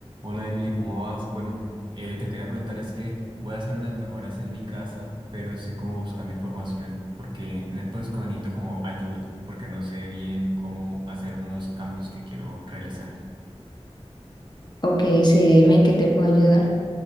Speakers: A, on the right; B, on the left.
A: Hola Emily, ¿cómo vas? Bueno, eh, te quería preguntar, es que voy a hacer unas mejoras en mi casa, pero estoy como buscando información porque ne- pues como necesito como ayuda, porque no sé bien cómo hacer unos cambios que quiero realizar.
B: Ok, sí, dime en qué te puedo ayudar.